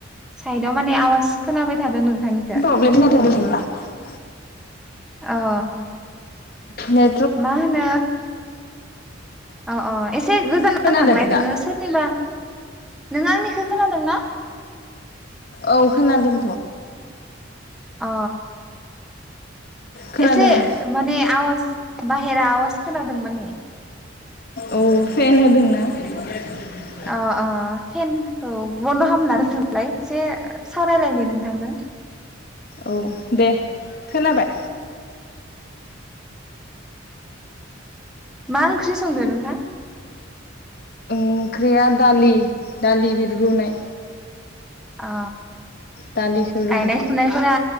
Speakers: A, in the centre; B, on the left.
A: साइदआव माने आवाज खोनाबाय थादों नोंथांनिखौ
B: <unintelligible>
A: अ
B: नेत
A: मा होनो अ अ एसे गोजानाव
B: खोनादों
A: थांलाय नोंङो
B: दा
A: सोरनिबा नों आंनिखौ खोनादों ना?
B: औ खोनादों
A: अ
B: खोनादों
A: एसे
B: आं
A: माने आवाज बाहेरा आवाज खोनादों माने
B: औ फेन होदोंना <unintelligible>
A: अ अ फेनखौ बन्द' खालामना दोनथ'लाय एसे सावरायलायनि नोंथांजों
B: औ दे खोनाबाय
A: मा ओंख्रि संदो नोंथां?
B: ओंख्रिया दालि दालि बि रुनाय
A: अ
B: दालिखौ रुदों
A: गायनाय फुनायफोरा